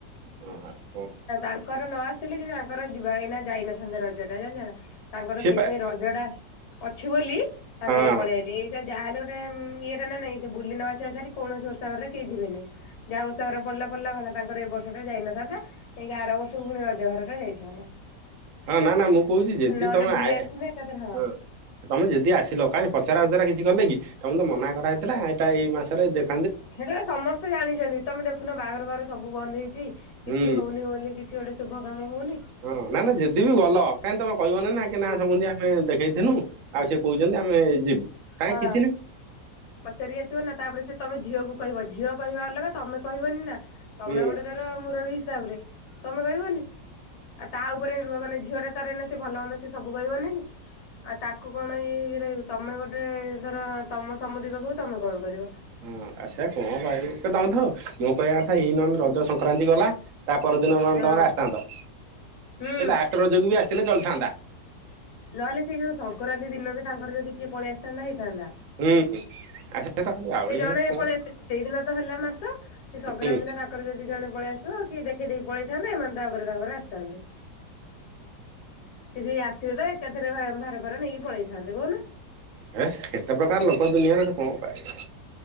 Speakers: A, on the right; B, on the left.
A: ହଁ ହଁ
B: ଙ୍କର ନ ଆସିଥିଲେ କିନ୍ତୁ ଆଙ୍କର ଯିବା ଏଇନା ଯାଇନଥାନ୍ତେ ରଜ ଟା ଜାଣିଛ ନା ତାଙ୍କର
A: ସିଏ
B: ସେଇଥିାଇଁ
A: ପା
B: ରଜ ଟା ଅଛି ବୋଲି ତାଙ୍କର
A: ହଁ
B: ପଳେଇଲି ଏଇଟା ଯାହାହେଲେ ଉଁ ଇଏଟା ନା ନାଇଁ ସେ ବୁଲି ନ ଆସିଆ ସାରି କୌଣସି ଓଷା ବାରରେ କେହି ଯିବେନି ଯାହା ଓଷା ବାର ପଡିଲା ପଡିଲା ଗଲା ତାଙ୍କର ଏଇ ବର୍ଷ ଟା ଯାଇନଥାନ୍ତା। ଯାଇକି ଆର ବର୍ଷକୁ ପୁଣି ରଜଭାର ଟା ଯାଇଥାନ୍ତା।
A: ହଁ ନା ନା ମୁଁ କହୁଛି ଯଦି
B: ନହେଲେ
A: ତମେ
B: ବୁଲି
A: ଆ
B: ଆସିଥିଲେ
A: ହଁ
B: ଏକାଥରେ
A: ତମେ ଯଦି ଆସିଲ କାଇହିଁ ପଚରା ଉଚରା କିଛି କଲେ କି ତମେ ତ ମନା କରାହେଇଥିଲା ଏଇଟା ଏଇ ମାସରେ ଦେ
B: ସେଟା ତ ସମସ୍ତେ ଜାଣିଛନ୍ତି ତମେ ଦେଖୁନ ବାହାଘର ବାଘର ସବୁ ବନ୍ଦ ହେଇଛି କିଛି
A: ହୁଁ
B: ହଉନି ବୋଲି କି। କିଛି ଗୋଟେ ଶୁଭ କାମ ହଉନି।
A: ହଁ, ନା ନା ଯଦି ବି ଗଲ କାହିଁକି ତମେ କହିବନି ନା
B: ହୁଁ।
A: ନା ସମୁଦି ଆମେ ଦେଖେଇଥିନୁ। ଆଉ ସେ କହୁଛନ୍ତି ଆମେ ଯିବୁ, କାହିଁ
B: ହଁ
A: କିଛି ନାହିଁ।
B: ପଚାରିକି ଆସିବ ନା ତାପରେ ସେ ତମେ ଝିଅକୁ କହିବ ଝିଅ କହିବା ଅଲଗା ତମେ କହିବନି ନା। ତମେ
A: ହୁଁ
B: ଗୋଟେ ଧର ମୁରବି ହିସାବ ରେ ତମେ କହିବନି। ଆଉ ତା ଉପରେ ନିର୍ଭର କନେ ଝିଅ ଟା ତାର ଏଇନା ସେ ଭଲମନ୍ଦ ସେ ସବୁ କହିବନି କି। ଆଉ ତାକୁ କଣ ଇଏ ହେଇକି ରହିବ ତମେ ଗୋଟେ ଧର ତମ ସମୁଦି ପାଖକୁ ତମେ କଲ୍ କରିବ।
A: ହୁଁ, ଆସା କଣ ପାଇଁ କେ ଦମଥ ମୁଁ କହିବା କଥା ଇ ନହେଲେ ରଜ ସଂକ୍ରାନ୍ତି ଗଲା। ତା ପରଦିନ ନହେନେ
B: ହଁ
A: ତମର ଆସିଥାନ୍ତ।
B: ହୁଁ
A: ଏ ଲାଷ୍ଟ ରଜକୁ ବି ଆସିଥିଲେ ଚଳିଥାନ୍ତା।
B: ନହେଲେ ସେଇ ଯୋଉ ସଂକ୍ରାନ୍ତି ଦିନ ବି ତାଙ୍କର ଯଦି କିଏ ପଳେଇ ଆସିଥାନ୍ତା ହେଇଥାନ୍ତା।
A: ହୁଁ ଆ ସେ ତ ଖାଲି ଆଉଳି
B: ଏ ଜଣେ
A: ହେଇ କଣ
B: ପଳେଇ ସେଇଦିନ ତ ହେଲା ମାସ। ଏ ସଂକ୍ରାନ୍ତି
A: ହୁଁ
B: ଦିନ ତାଙ୍କ ତାଙ୍କର ଯଦି ଜଣେ ପଳେଇଆସିବ କି ଦେଖେଇଦେଇକି ପଳେଇଥାନ୍ତେ, ଏମାନେ ତାପରେ ତାଙ୍କର ଆସିଥାନ୍ତେ। ସେ ସେଇ ଆସିବେ ତ ଏକାଥରେ ଭାର ଫାର ନେଇକି ପଳେଇଥାନ୍ତେ କହୁନ।
A: ହେସ୍ କେତେ ପ୍ରକାର ଲୋକ ଦୁନିଆରେ ସେ କଣ ପାଇବୁ।